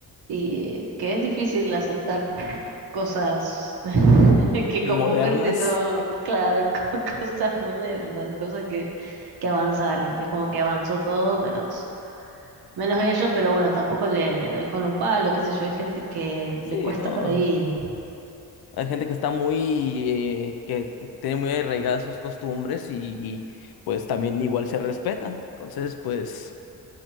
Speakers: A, on the right (about 85°); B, on the left (about 80°).
A: Y que es difícil aceptar cosas <laughs> que
B: Modernas,
A: comúnmente no, claro, <laughs> co- cosas modernas, cosas que, que avanzaron. Es como que avanzó todo menos, menos ello, pero bueno, tampoco le, le doy con un palo, qué sé yo, hay gente que le
B: sí,
A: cuesta
B: no.
A: por ahí.
B: Hay gente que está muy, eh, que tiene muy arraigadas sus costumbres y, y pues también igual se respeta. Entonces, pues...